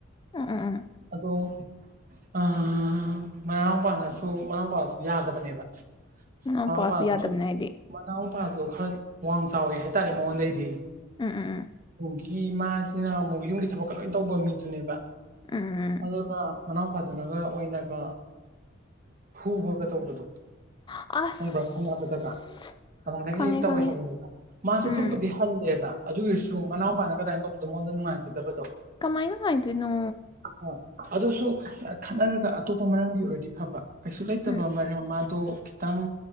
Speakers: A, on the left; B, on the right.
A: ꯑ ꯑ ꯑꯥ
B: ꯗꯣ ꯑꯥ ꯃꯅꯥꯎꯄꯥꯅꯁꯨ ꯃꯅꯥꯎꯄꯥꯁꯨ ꯌꯥꯗꯕꯅꯦꯕ
A: ꯃꯅꯥꯎꯄꯥꯁꯨ
B: ꯃꯅꯥꯎꯄꯥꯅꯁꯨ
A: ꯌꯥꯗꯕꯅꯦ ꯍꯥꯏꯗꯤ
B: ꯃꯅꯥꯎ ꯑꯗꯣ ꯈꯔꯗꯤ ꯋꯥꯡ ꯆꯥꯎꯋꯦ ꯍꯥꯏꯇꯥꯔꯦ ꯃꯉꯣꯟꯗꯩꯗꯤ
A: ꯎꯝ ꯎꯝ ꯎꯝ
B: ꯎꯒꯤ ꯃꯥꯁꯤꯅ ꯑꯃꯨꯛ ꯌꯨꯝꯒꯤ ꯊꯕꯛꯀ ꯂꯣꯏ ꯇꯧꯕ ꯃꯤꯗꯨꯅꯦꯕ
A: <unintelligible>
B: ꯑꯗꯨꯒ ꯃꯅꯥꯎꯄꯥꯗꯨꯅꯒ ꯑꯣꯏꯅꯒ ꯐꯨꯕꯒ ꯇꯧꯕꯗꯣ
A: ꯑꯁ
B: ꯈꯪꯕ꯭ꯔ ꯈꯠꯅꯕꯗꯒ ꯀꯅꯣꯗꯒ
A: ꯈꯪꯉꯦ
B: ꯍꯦꯛ ꯇꯧꯋꯦ
A: ꯈꯪꯉꯦ
B: ꯍꯥꯏꯕꯅꯦꯕ ꯃꯥꯁꯨ
A: ꯎꯝ
B: ꯈꯨꯠꯄꯨꯗꯤ ꯍꯜꯂꯦꯕ ꯑꯗꯨ ꯑꯣꯏꯔꯁꯨ ꯃꯅꯥꯎꯄꯥꯅ ꯑꯗꯥꯏꯅ ꯇꯧꯕꯗꯣ ꯃꯉꯣꯟꯗ ꯅꯨꯡꯉꯥꯏꯖꯗꯕꯗꯣ
A: ꯀꯃꯥꯏꯅ ꯅꯨꯉꯥꯏꯗꯣꯏꯅꯣ
B: ꯍꯣꯏ ꯑꯗꯨꯁꯨ ꯈꯠꯅꯔꯒ ꯑꯇꯣꯞꯄ ꯃꯔꯝꯒꯤ ꯑꯣꯏꯔꯗꯤ ꯐꯕ ꯀꯩꯁꯨ ꯂꯩꯇꯕ
A: ꯎꯝ
B: ꯃꯔꯝ ꯃꯥ ꯗꯣ ꯈꯤꯇꯪ